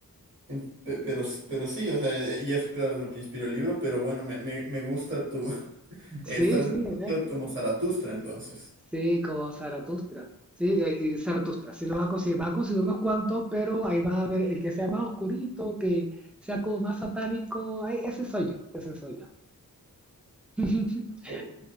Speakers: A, on the right; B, in the centre.
A: en- pe- pero, s- pero sí, o sea, y eso claro es lo que inspiró el libro, pero bueno, me, me, me gusta tu
B: Sí,
A: Estás
B: sí,
A: en
B: es
A: SoundCloud
B: de él.
A: como Zaratustra, entonces.
B: Sí, como Zaratustra. Sí, eh, eh, Zaratustra, sí lo vas a conseguir. Vas a conseguir unos cuantos, pero ahí vas a ver el que sea más oscurito, que sea como más satánico. Ay, ese soy yo, ese soy yo. <laughs>
A: O-